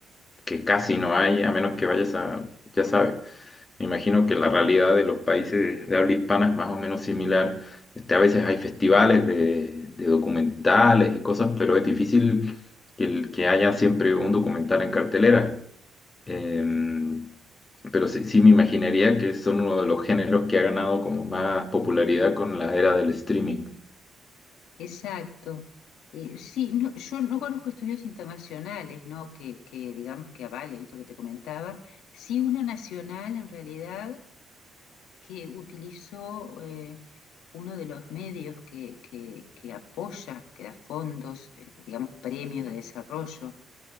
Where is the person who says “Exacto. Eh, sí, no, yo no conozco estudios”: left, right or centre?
Left